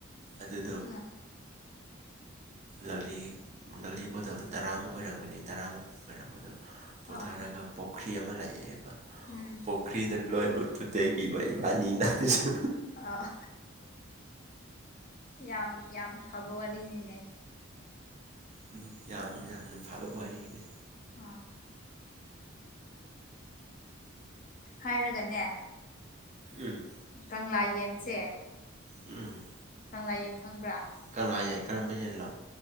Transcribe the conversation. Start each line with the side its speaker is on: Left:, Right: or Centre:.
Right: ꯑꯗꯨꯗꯣ
Left: ꯑꯥ
Right: ꯂꯛꯂꯤ ꯂꯛꯂꯤ ꯕꯣꯇꯜꯗꯨꯣ ꯇꯔꯥꯃꯨꯛ ꯑꯣꯏꯔꯝꯒꯅꯤ ꯇꯔꯥꯃꯨꯛ ꯑꯣꯏꯔꯝꯕꯗꯣ ꯄꯣꯊꯥꯔꯒ
Left: ꯑꯥ
Right: ꯄꯨꯈ꯭ꯔꯤ ꯑꯃ ꯂꯩꯑꯦꯕ
Left: ꯎꯝ꯫
Right: ꯄꯨꯈ꯭ꯔꯤꯗ ꯂꯣꯏꯃꯠ ꯇꯨꯗꯦꯛꯄꯤꯕ ꯏꯕꯥꯅꯤꯅ ꯑꯗꯨꯁꯨ
Left: ꯑ ꯌꯥꯝ ꯌꯥꯝ ꯐꯕ ꯋꯥꯔꯤꯅꯤꯅꯦ
Right: ꯎꯝ ꯌꯥꯝ ꯌꯥꯝꯅ ꯐꯕ ꯋꯥꯔꯤꯅꯤ
Left: ꯑ ꯍꯥꯏꯔꯒꯅꯦ꯫
Right: ꯎꯝ
Left: ꯀꯪꯂꯥ ꯌꯦꯟꯁꯦ
Right: ꯎꯝ
Left: ꯀꯪꯂꯥꯌꯦꯡ ꯈꯪꯕ꯭ꯔꯥ
Right: ꯀꯪꯂꯅꯥꯥ ꯌꯦꯡ ꯀꯔꯝꯕ ꯌꯦꯟꯂꯣ